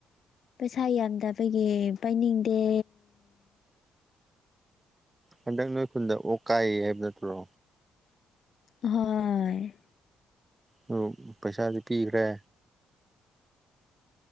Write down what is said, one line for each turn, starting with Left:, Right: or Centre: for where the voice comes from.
Left: ꯄꯩꯁꯥ ꯌꯥꯝꯗꯕꯒꯤ ꯄꯥꯏꯅꯤꯡꯗꯦ
Right: ꯍꯟꯗꯛ ꯅꯣꯏ ꯈꯨꯟꯗ ꯑꯣꯛ ꯀꯥꯏꯌꯦ ꯍꯥꯏꯕ ꯅꯠꯇ꯭ꯔꯣ
Left: ꯍꯣꯏ
Right: ꯑꯗꯨ ꯄꯩꯁꯥꯗꯤ ꯄꯤꯈ꯭ꯔꯦ